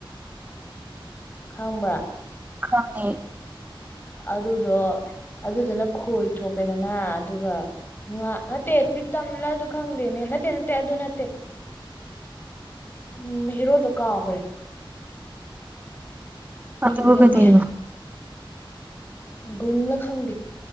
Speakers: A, on the left; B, on the right.
A: ꯈꯪꯕ꯭ꯔꯥ
B: ꯈꯪꯉꯤ
A: ꯑꯗꯨꯗꯣ ꯑꯗꯨꯗꯨꯅ ꯈꯣꯏ ꯆꯣꯞꯄꯦꯗꯅ ꯑꯗꯨꯒ ꯉꯥ ꯅꯠꯇꯦ ꯄꯔꯤꯇꯝ ꯂꯁꯨ ꯈꯪꯗꯦꯅꯦ ꯅꯠꯇꯦ ꯅꯠꯇꯦ ꯑꯗꯣ ꯅꯠꯇꯦ ꯎꯝ ꯍꯦꯔꯣꯗꯣ ꯀꯣꯎꯈꯔꯦ ꯑꯩ
B: ꯑꯗ
A: ꯅꯤꯡꯁꯤꯡꯒꯦ
B: ꯍꯒꯗꯩꯅ <unintelligible>
A: ꯒꯨꯡꯂ ꯈꯪꯗꯦ